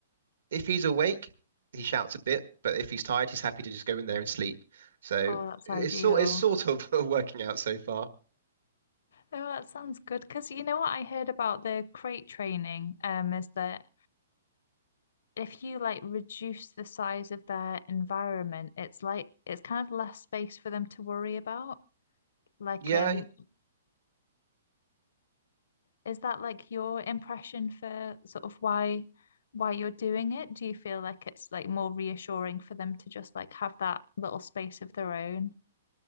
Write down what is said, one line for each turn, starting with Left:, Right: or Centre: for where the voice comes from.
Right: if he's awake, he shouts a bit, but if he's tired, he's happy to just go in there and sleep. So
Left: Oh, that's
Right: it's
Left: ideal.
Right: sort it's sort of <laughs> working out so far.
Left: Oh, that sounds good. Because you know what I heard about the crate training, um, is that if you like reduce the size of their environment, it's like it's kind of less space for them to worry about. Like,
Right: Yeah,
Left: um, Is that like your impression for sort of why why you're doing it? Do you feel like it's like more reassuring for them to just like have that little space of their own?